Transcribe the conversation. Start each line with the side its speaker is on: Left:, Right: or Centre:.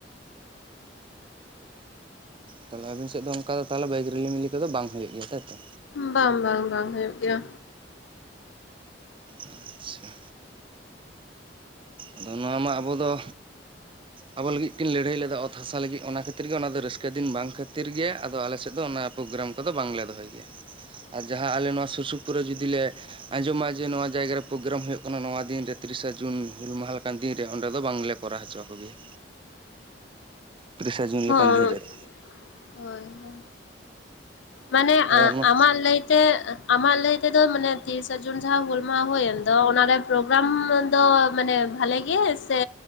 Right: ᱛᱟᱦᱚᱞᱮ ᱟᱵᱤᱱ ᱥᱮᱫ ᱫᱚ ᱚᱱᱠᱟ ᱫᱚ ᱛᱟᱦᱚᱞᱮ ᱵᱟᱭᱤᱠ ᱨᱮᱞᱤᱢᱤᱞᱤ ᱠᱚᱫᱚ ᱵᱟᱝ ᱦᱩᱭᱩᱜ ᱜᱮᱭᱟ ᱛᱟᱭᱛᱚ
Left: ᱵᱟᱝ ᱵᱟᱝ ᱵᱟᱝ ᱦᱩᱭᱩᱜ ᱜᱮᱭᱟ
Right: ᱟᱪᱪᱷᱟ ᱟᱫᱚ ᱱᱚᱣᱟ ᱢᱟ ᱟᱵᱚ ᱫᱚ ᱟᱵᱚ ᱞᱟᱹᱜᱤᱫ ᱠᱤᱱ ᱞᱟᱹᱲᱦᱟᱹᱭ ᱞᱮᱫᱟ ᱚᱛ ᱦᱟᱥᱟ ᱞᱟᱹᱜᱤᱫ ᱚᱱᱟ ᱠᱷᱟᱹᱛᱤᱨ ᱜᱮ ᱚᱱᱟ ᱫᱚ ᱨᱟᱹᱥᱠᱟᱹ ᱫᱤᱱ ᱵᱟᱝ ᱠᱷᱟᱹᱛᱤᱨ ᱜᱮ ᱟᱫᱚ ᱟᱞᱮ ᱥᱮᱫ ᱫᱚ ᱚᱱᱟ ᱯᱨᱳᱜᱨᱟᱢ ᱠᱚᱫᱚ ᱵᱟᱝᱞᱮ ᱫᱚᱦᱚᱭ ᱜᱮᱭᱟ ᱟᱨ ᱡᱟᱦᱟᱸᱞ ᱟᱞᱮ ᱱᱚᱣᱟ ᱥᱩᱨ ᱥᱩ ᱯᱩᱨᱟᱹ ᱡᱩᱫᱤ ᱞᱮ ᱟᱸᱡᱚᱢᱟ ᱡᱮ ᱱᱚᱣᱟ ᱡᱟᱭᱜᱟ ᱯᱨᱳᱜᱨᱟᱢ ᱦᱩᱭᱩᱜ ᱠᱟᱱᱟ ᱱᱚᱣᱟ ᱫᱤᱱ ᱨᱮ ᱛᱤᱨᱤᱥᱟ ᱡᱩᱱ ᱦᱩᱞ ᱢᱟᱦᱟ ᱞᱮᱠᱟᱱ ᱫᱤᱱ ᱨᱮ ᱚᱸᱰᱮ ᱫᱚ ᱵᱟᱝᱞᱮ ᱠᱚᱨᱟᱣ ᱦᱚᱪᱚ ᱟᱠᱚ ᱜᱮᱭᱟ ᱛᱤᱨᱤᱥᱟ ᱡᱩᱱ
Left: ᱦᱳᱭ
Right: ᱞᱮᱠᱟᱱ ᱫᱤᱱ ᱨᱮᱫᱚ
Left: ᱦᱳᱭ ᱦᱳᱭ ᱢᱟᱱᱮ
Right: ᱟᱫᱚ
Left: ᱟ-ᱟᱢᱟᱜ ᱞᱟᱹᱭᱛᱮ ᱟᱢᱟᱜ ᱞᱟᱹᱭᱛᱮᱫᱚ ᱢᱟᱱᱮ ᱛᱤᱨᱤᱥᱟ ᱡᱩᱱ ᱡᱟᱦᱟᱸ ᱦᱩᱞ ᱢᱟᱦᱟ ᱦᱩᱭᱮᱱ ᱫᱚ ᱚᱱᱟᱨᱮ ᱯᱨᱳᱜᱨᱟᱢ ᱫᱚ ᱢᱟᱱᱮ ᱵᱷᱟᱞᱮ ᱜᱮ ᱥᱮ